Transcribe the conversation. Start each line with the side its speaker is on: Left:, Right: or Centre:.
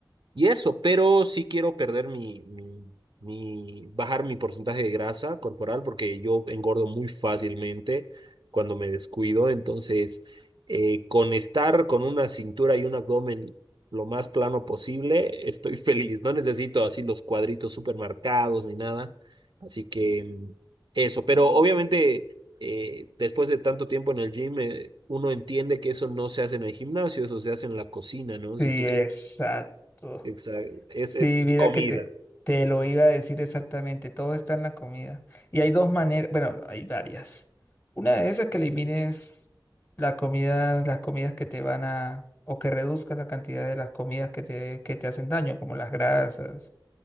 Right: y eso, pero sí quiero perder mi, mi, mi, bajar mi porcentaje de grasa corporal porque yo engordo muy fácilmente cuando me descuido. Entonces, eh, con estar con una cintura y un abdomen lo más plano posible, estoy <laughs> feliz. No necesito así los cuadritos súper marcados ni nada. Así que mm, eso, pero obviamente eh, después de tanto tiempo en el gym, eh, uno entiende que eso no se hace en el gimnasio, eso se hace en la cocina, ¿no?
Left: Sí,
Right: Si tú
Left: exacto.
Right: quieres... Exacto. Es,
Left: Sí,
Right: es
Left: mira
Right: comida.
Left: que te, te lo iba a decir exactamente. Todo está en la comida. Y hay dos maneras, bueno, hay varias. Una de esas es que elimines la comida, las comidas que te van a, o que reduzcas la cantidad de las comidas que te, que te hacen daño, como las grasas